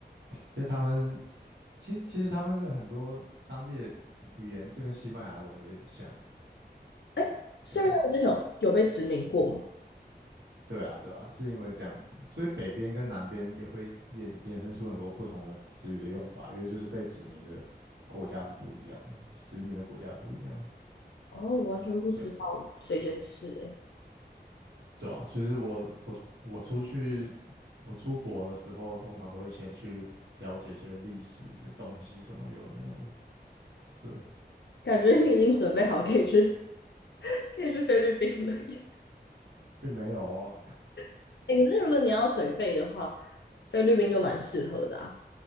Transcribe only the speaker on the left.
哎，是因为他们之前有有被殖民过吗？
哦，我完全不知道这件事、
哎，
感觉你已经准备好可以去 <laughs> 可以去菲律宾了耶。
<laughs> 哎，可是如果你要水费的话，菲律宾就蛮适合的啊。